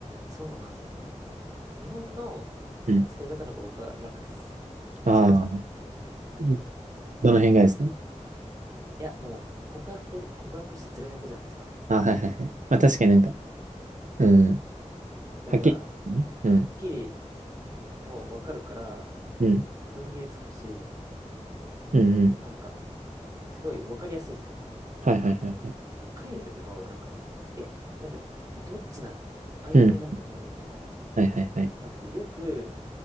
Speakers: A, on the right (about 30°); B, on the right (about 85°).
A: そうなんですよ。なんで、でも日本の使い方の方が僕は楽っす。
B: うん。
A: めちゃくちゃ。
B: ああ、どの辺がですか
A: いや、もう、告白で、告白してゼロ百じゃないですか。
B: あはいはいはい。まあ確かになんか、うん。
A: だから、
B: はっきり。ねうん。
A: はっきり、もうわかるから、
B: うん。
A: 踏ん切りつくし、
B: うん。うん。
A: なんか、すごいわかりやすいっすよね。
B: はいはいはい。
A: でも、海外とかはなんか、え、なんか、どっちなの曖昧なんだけど、
B: うん。
A: みたいな。
B: はいはいはい。
A: あと、よく